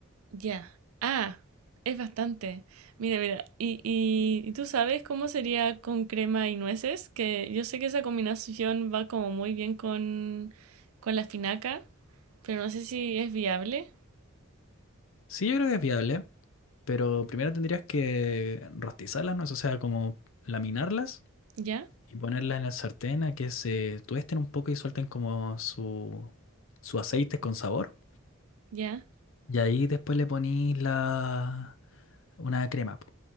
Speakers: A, on the right; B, on the left.
A: ya. Ah, es bastante. Mira, mira, y, y, ¿y tú sabes cómo sería con crema y nueces? Que yo sé que esa combinación va como muy bien con, con la finaca, pero no sé si es viable.
B: Sí, yo creo que es viable, pero primero tendrías que rostizarlas, ¿no? O sea, como laminarlas
A: ¿Ya?
B: y ponerlas en el sartén a que se tuesten un poco y suelten como su, su aceite con sabor.
A: ¿Ya?
B: Y ahí después le ponís la, una crema, po,